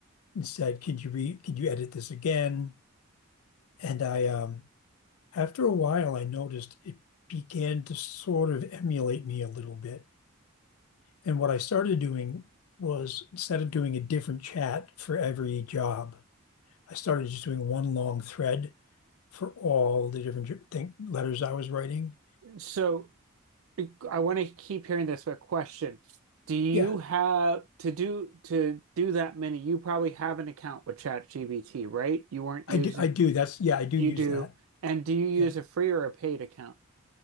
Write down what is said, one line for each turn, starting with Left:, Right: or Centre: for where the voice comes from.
Left: and said, "Could you re? Could you edit this again?" And I, um, after a while, I noticed it began to sort of emulate me a little bit. And what I started doing was instead of doing a different chat for every job, I started just doing one long thread for all the different thing, letters I was writing.
Right: So I want to keep hearing this, but question. Do you
Left: Yeah,
Right: have to do to do that many? You probably have an account with ChatGPT, right? You weren't using,
Left: I do. I do. That's yeah, I do
Right: you
Left: use
Right: do.
Left: that.
Right: And do you use
Left: Yeah,
Right: a free or a paid account?